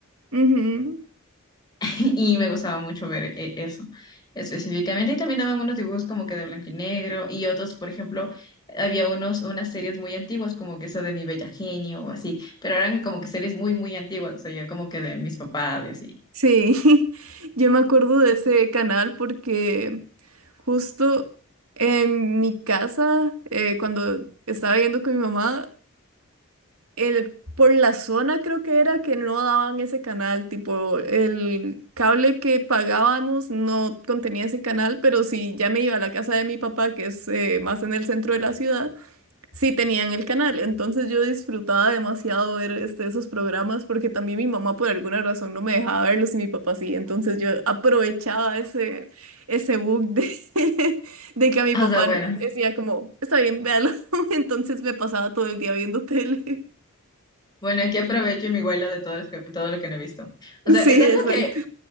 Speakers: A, on the right (about 80°); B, on the left (about 20°).
A: ujú,
B: <laughs> Y me gustaba mucho ver eh, eso específicamente. Y también daban unos dibujos como que de blanco y negro y otros, por ejemplo, había unos, unas series muy antiguas como que esa de Mi Bella Genio o así, pero eran como que series muy, muy antiguas, o sea, ya como que de mis papás y así.
A: sí, <laughs> yo me acuerdo de ese canal porque justo en mi casa, eh, cuando estaba viviendo con mi mamá, el, por la zona creo que era que no daban ese canal, tipo el cable que pagábamos no contenía ese canal, pero si ya me iba a la casa de mi papá, que es eh, más en el centro de la ciudad, sí tenían el canal. Entonces yo disfrutaba demasiado ver este, esos programas porque también mi mamá por alguna razón no me dejaba verlos y mi papá sí. Entonces yo aprovechaba ese, ese bug de, <laughs> de que a mi papá
B: O sea, bueno.
A: decía como, está bien, véalo. <laughs> Entonces me pasaba todo el día viendo tele.
B: Bueno, aquí aprovecho y me huelo de todo, todo lo que no he visto. O sea,
A: Sí,
B: es algo
A: exacto.
B: que